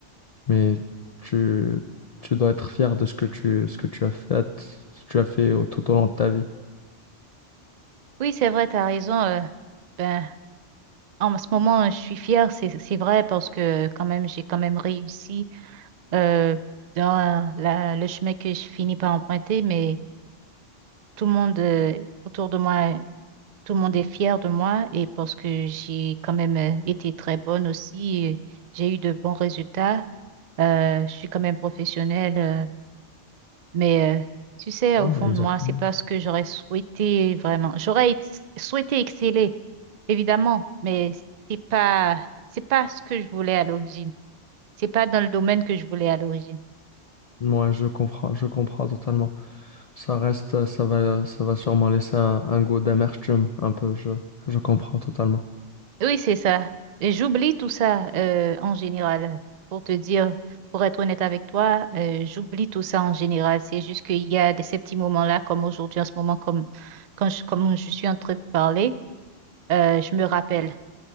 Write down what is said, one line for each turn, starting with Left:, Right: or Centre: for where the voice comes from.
Left: mais tu, tu dois être fier de ce que tu, ce que tu as fait, ce que tu as fait au- tout au long de ta vie.
Right: Oui, c'est vrai, t'as raison. euh, ben, en ce moment, je suis fière, c'est c'est vrai parce que quand même, j'ai quand même réussi euh, dans la, le chemin que je finis par emprunter, mais tout le monde euh, autour de moi, tout le monde est fier de moi et parce que j'ai quand même euh, été très bonne aussi, et j'ai eu de bons résultats. Euh, je suis quand même professionnelle. euh, Mais euh, tu sais,
Left: Hein,
Right: au fond
Left: exactement.
Right: de moi, c'est pas ce que j'aurais souhaité vraiment. J'aurais ex- souhaité exceller, évidemment, mais c'est pas c'est pas ce que je voulais à l'origine. C'est pas dans le domaine que je voulais à l'origine.
Left: Moi, je comprends, je comprends totalement. Ça reste, ça va, ça va sûrement laisser un, un goût d'amertume, un peu. Je, je comprends totalement.
Right: Oui, c'est ça. Et j'oublie tout ça euh, en général. Pour te dire, pour être honnête avec toi, euh, j'oublie tout ça en général. C'est juste qu'il y a des, ces petits moments-là, comme aujourd'hui en ce moment, comme quand je, comme je suis en train de parler, euh, je me rappelle.